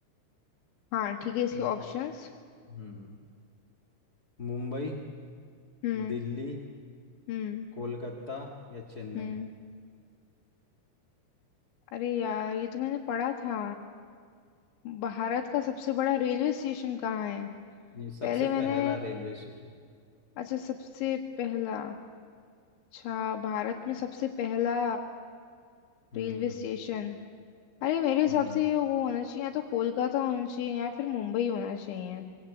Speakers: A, on the left; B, on the left.
A: हाँ ठीक है इसके
B: मु-
A: ऑप्शंस
B: हम्म मुंबई
A: हम्म
B: दिल्ली
A: हम्म
B: कोलकाता या चेन्नई
A: हम्म अरे यार ये तो मैंने पढ़ा था भारत का सबसे बड़ा रेलवे स्टेशन कहाँ है
B: ये सबसे
A: पहले मैंने
B: पहला रेलवे स्टेशन
A: अच्छा सबसे पहला अच्छा भारत में सबसे पहला
B: हम्म
A: रेलवे स्टेशन अरे मेरे हिसाब
B: हम्म
A: से ये वो होना चाहिए या तो कोलकाता होना चाहिए या फिर मुंबई होना चाहिए